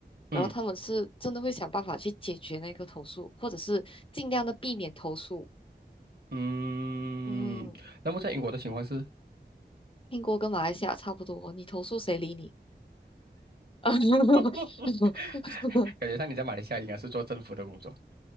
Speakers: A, on the right (about 60°); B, on the left (about 30°).
A: 嗯
B: 然后他们是真的会想办法去解决那个投诉，或者是尽量的避免投诉。
A: 嗯。
B: 嗯，
A: 那么在英国的情况是，
B: 英国跟马来西亚差不多，你投诉谁理你？<laughs>
A: <laughs> 感觉上你在马来西亚应该是做政府的工作。